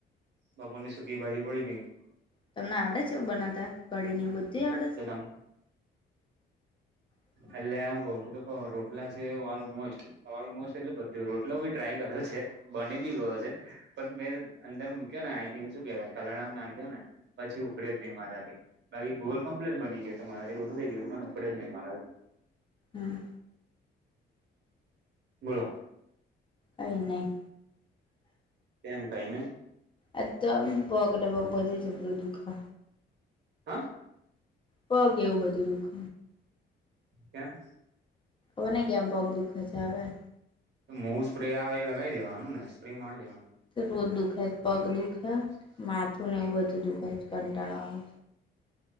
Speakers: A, on the right; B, on the left.
A: બાપર ની સુૂકી ભ બાજી પડી ત.
B: તમને આવડે છે એવ બનાવતા ઘડીી એવ બધું આવડે.
A: ડા.
B: હ.
A: એટલે હું કઉ છું તો રોટલા છે ઓલમોસ્ટ ઓલમોસ્ટ એટલે બધ રોટલો બી ટ્રાય કર્યો છે. બની બી ગયો છે પણ મેં અંદર મૂક્યો ને આઈ થિક શું કેવાય કલણમ નાખ્યો ને. પછી ઉડે જ નહીિ મારાથી બાકી ગોલ કમ્પ્લીટ બની ગયો તો મારાથી બધું થઈ ગયું. પણ ઉખડે જ નહી મારાથી
B: હમ.
A: બોલો.
B: અ નહી.
A: તેમમ કઈ ને.
B: આ તો બકટ બગ બધી જરું દુઃખ.
A: હા.
B: પગ એવું બધું દુખ.
A: કે્યા.
B: ઓને ગયામ બહ દુખે છે આવેે.
A: મોઉુ સ્પ્રે આવે એ લગાવી દેવાનું ને સ્પ્રે મારી દેવાનું.
B: રોજ દુખ હૈ પગ દુઃખ હૈ.
A: હ.
B: માથું ને એવું બધું દુઃખાય છે કંટાળા હો